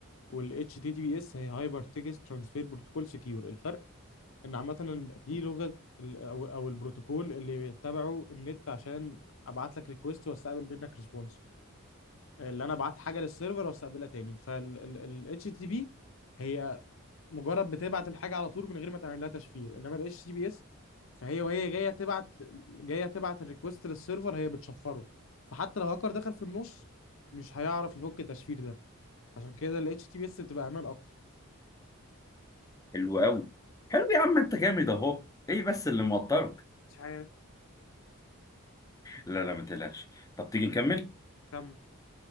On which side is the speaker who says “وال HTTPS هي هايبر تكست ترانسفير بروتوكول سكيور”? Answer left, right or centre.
Left